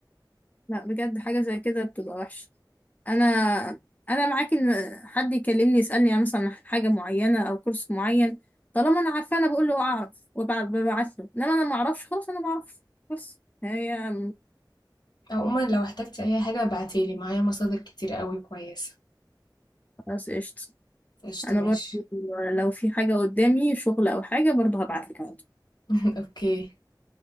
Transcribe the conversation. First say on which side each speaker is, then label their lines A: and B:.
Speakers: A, on the left; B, on the left.
A: لا بجد حاجة زي كده بتبقى وحشة انا انا معاك ان حد يكلمني يسالني يعني مثلا عن حاجه معينه او كورس معين طالما انا عارفه انا بقول له اعرف وببعت له انما انا ما اعرفش خلاص انا ما اعرفش بس هي
B: عموما لو احتجتي اي حاجة ابعتيلي معايا مصادر كتير قوي كويسة
A: خلاص قشطه
B: قشطة
A: انا
B: ماشي
A: برضو لو في حاجه قدامي شغل او حاجه برضو هبعت لك على طول.
B: <laughs> اوكي